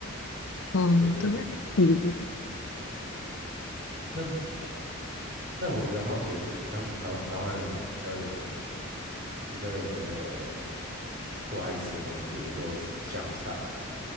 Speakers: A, on the left; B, on the right.
A: 嗯，
B: 对啊。
A: 对，嗯，
B: 那但我比较好奇的是，像台湾台湾人比较有比较有那个不爱吃的东西，比如说香菜，你们